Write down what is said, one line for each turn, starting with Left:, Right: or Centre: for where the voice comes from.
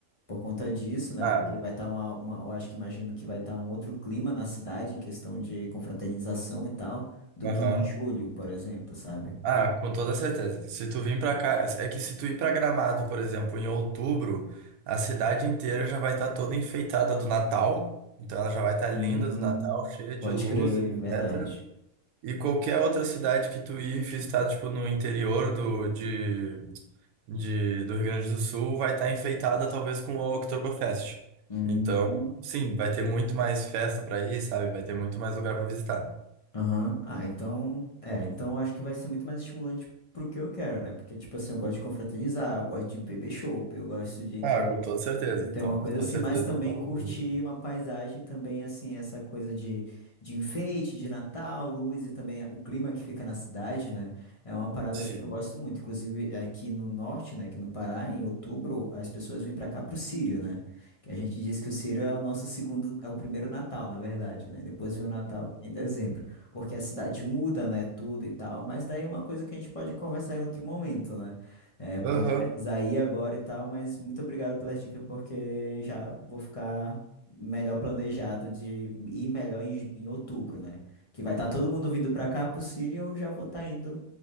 Left: por conta disso, né?
Right: Ah,
Left: Porque vai estar uma, uma. Eu acho que imagino que vai estar um outro clima na cidade, em questão de confraternização e tal, do
Right: aham.
Left: que em julho, por exemplo, sabe?
Right: Ah, com toda certeza. Se tu vir pra cá, é que se tu ir pra Gramado, por exemplo, em outubro, a cidade inteira já vai estar toda enfeitada do Natal. Então ela já vai estar
Left: Hum,
Right: linda do Natal, cheia de
Left: Pode
Right: luz,
Left: crer,
Right: etc.
Left: verdade.
Right: E qualquer outra cidade que tu ir visitar, tipo, no interior do, de, de, do Rio Grande do Sul, vai estar enfeitada talvez com o Oktoberfest.
Left: hum.
Right: Então, sim, vai ter muito mais festa pra ir, sabe? Vai ter muito mais lugar pra visitar.
Left: Aham. Ah, então, é, então eu acho que vai ser muito mais estimulante pro que eu quero, né? Porque, tipo assim, eu gosto de confraternizar, eu gosto de beber chopp, eu gosto de, entendeu?
Right: Ah, com toda certeza,
Left: De ter
Right: então.
Left: uma coisa
Right: Com toda
Left: assim,
Right: certeza.
Left: mas também
Right: é outubro.
Left: curtir uma paisagem também, assim, essa coisa de, de enfeite, de Natal, luz e também o clima que fica na cidade, né? É uma parada
Right: Sim.
Left: assim que eu gosto muito. Inclusive, aqui no norte, né? Aqui no Pará, em outubro, as pessoas vêm pra cá pro Círio, né? Que a gente diz que o Círio é o nosso segundo, é o primeiro Natal, na verdade, né? depois vem o Natal em dezembro porque a cidade muda, né, tudo e tal, mas daí é uma coisa que a gente pode conversar em outro momento, né? É, porque
Right: Aham.
Left: eu vou precisar ir agora e tal, mas muito obrigado pelas dicas, porque já vou ficar melhor planejado de ir melhor em, em outubro, né? Que vai estar todo mundo vindo pra cá pro Siri e eu já vou estar indo,